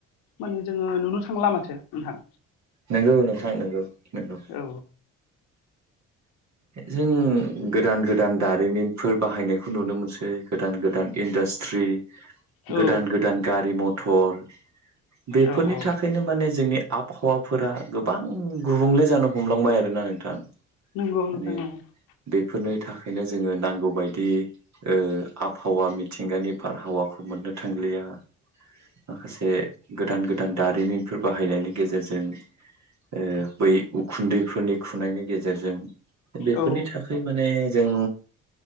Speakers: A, on the left; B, on the right.
A: माने जोङो नुनो थांला माथो नोंथां
B: नंगौ नोंथां नंगौ नंगौ।
A: औ
B: जों गोदान गोदान दारिमिनफोर बाहायनायखौ नुनो मोनसै गोदान गोदान इन्दा सट्रि
A: औ
B: गोदान गोदान गारि मथर बेफोरनि
A: औ औ
B: थाखायनो माने जोंनि आबहावाफोरा गोबां गुबुंले जानो हमलांबाय आरोना नोंथां
A: नंगौ नोंथां
B: ओम
A: औ
B: बेफोरनि थाखाय दा जों नांगौ बायदि ओ आबहावा मिथिंगानि बारहावाखौ मोननो थांलिया। माखासे गोदान गोदान दारिमिनफोर बाहायनायनि गेजेरजों ओ बै उखुन्दैफोरनि खुनायनि गेजेरजों बेफोरनि
A: औ
B: थाखाय माने जों